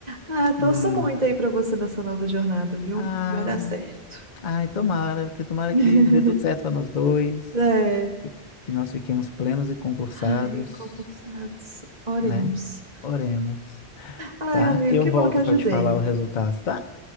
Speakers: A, on the right; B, on the left.
A: ah, torço
B: Hum,
A: muito aí para você nessa nova jornada, viu?
B: ah,
A: Vai dar certo.
B: ai, tomara, que tomara
A: <laughs>
B: que dê tudo certo para nós dois,
A: É.
B: fi- que nós fiquemos plenos e concursados,
A: Ai, concursados. Oremos.
B: né? Oremos,
A: Ai,
B: tá?
A: amigo,
B: Eu
A: que
B: volto
A: bom que ajudei.
B: para te falar o resultado, tá?